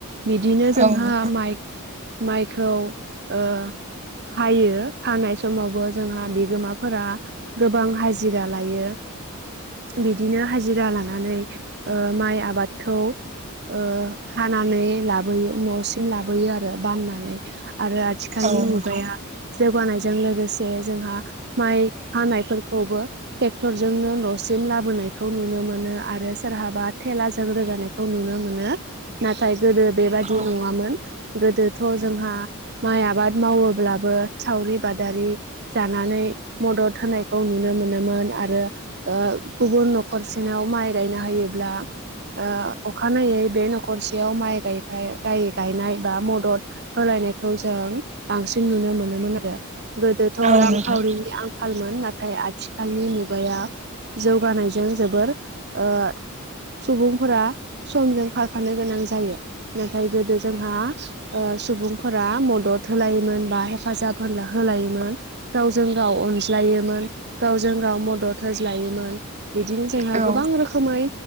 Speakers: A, on the right; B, on the right.
A: बिदिनो जोंहा
B: औ नोंथां
A: माइ माइखौ ओ हायो हानाय समावबो जोंहा बिगोमाफोरा, गोबां हाजिरा लायो। बिदिनो हाजिरा लानानै ओ माइ आबादखौ। ओ हानानै लाबोयो न'सिम लाबोयो आरो बाननानै आरो आथि आथिखालनि
B: औ
A: मुगाया
B: नोंथां
A: जौगानायजों लोगोसे जोंहा माइ हानायफोरखौबो। ट्रेक्टर जोंनो न'सिम लाबोनायखौ नुनो मोनो आरो सोरहाबा थेलाजों रोगानाय खौ नुनो मोनो नाथाय गोदो बेबादि
B: औ
A: नङामोन गोदोथ' जोंहा माइ आबाद मावो अब्लाबो सावरि बादारि, जानानै मदद होनायखौ नुनो मोनोमोन आरो ओ गुबुन न'खरसेनाव माइ गायना होयोब्ला। ओ अखानायै बे न'खरसेयाव माइ गाय गायनाय बा मदद। होलायनायखौ जों बांसिन नुनो मोनोमोन आरो गोदोथ'
B: औ
A: रांखावरिनि
B: नोंथां
A: आं आंखालमोन नाथाय आथिखालनि मुगाया जौगानायजों जोबोर ओ सुबुंफोरा समजों खारफानो गोनां जायो। नोथायजो जोंहा ओ सुबुंफोरा मदद होलायोमोन। मा हेफाजाब होनला होलायोमोन। गावजों गाव अनज्लायोमोन गावजों गाव मदद होज्लायोमोन। बिदिनो जोंहा
B: औ
A: गोबां रोखोमै।